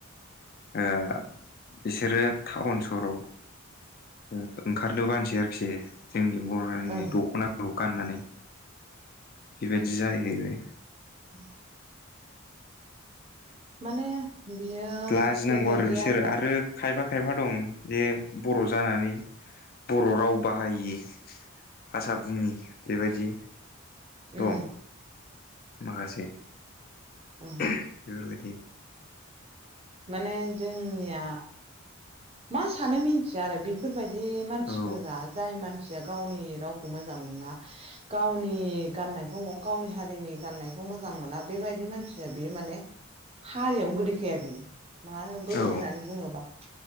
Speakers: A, on the left (about 45°); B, on the right (about 30°).
A: ओ बिसोरो टाउन सहराव ओंखारनो बानोसै आरोखि। जोंनि बर' हारिनि
B: औ
A: दख'नाफोरखौ गाननानै बेबायदि जाहैबाय।
B: <unintelligible> माने बियोफोरबायदिया
A: लाजिनांगौ आरो बिसोर आरो खायफा खायफा दं जे बर' जानानै बर' राव बाहायै भासा बुंयि बेबायदि।
B: औ
A: दं माखासे
B: औ
A: बेफोरबायदि।
B: माने जोंनिया मा सानो मिनथिया आरो बेफोरबायदि मानसिफोरा
A: औ
B: जाय मान सिया गावनि रावखौ मोजां मोना गावनि गाननायखौ गावनि हारिनि गाननायखौ मोजां मोना बेबायदि मानसिया बियो माने हारियावनो गोलैखाया बियो मा होन बोरै
A: औ
B: होननानै बुङोबा